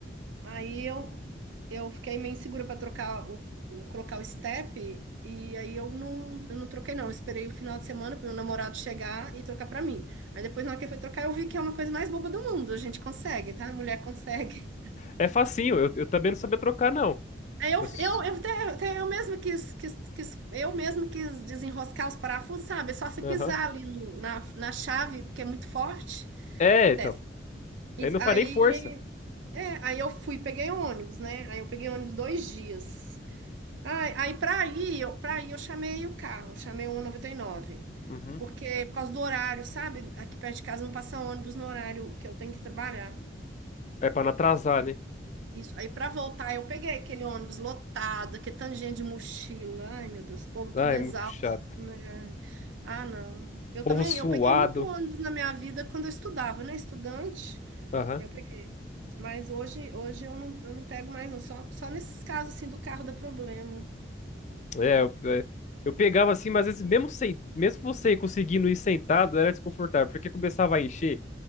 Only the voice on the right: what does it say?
Aí eu, eu fiquei meio insegura para trocar o, o- colocar o step e aí eu não, eu não troquei não. Eu esperei o final de semana para meu namorado chegar e trocar para mim. Aí depois na hora que ele foi trocar eu vi que é uma coisa mais boba do mundo. A gente consegue, tá? A mulher consegue.
Aí eu,
eu, eu, até, até eu mesmo quis, quis, quis- eu mesmo quis desenroscar os parafusos, sabe? É só você pisar
ali no- na, na chave, porque é muito forte.
Aí
desce. Isso.
Aí,
é, aí eu fui, peguei o ônibus, né? Aí eu peguei o ônibus dois dias. Ai, aí pra ir, eu, pra ir eu chamei o carro, chamei o cento e noventa e nove
Porque, por causa do horário, sabe? Aqui perto de casa não passa ônibus no horário que eu tenho que trabalhar.
Isso. Aí pra voltar, eu peguei aquele ônibus lotado, aquele tanto de gente de mochila. Ai, meu Deus, o povo
tudo
exausto,
né? Ah, não. Eu
também,
eu peguei muito ônibus na minha vida quando eu estudava, né? Estudante,
eu peguei. Mas hoje, hoje eu não, eu não pego mais, não. Só, só nesses casos assim do carro dá problema.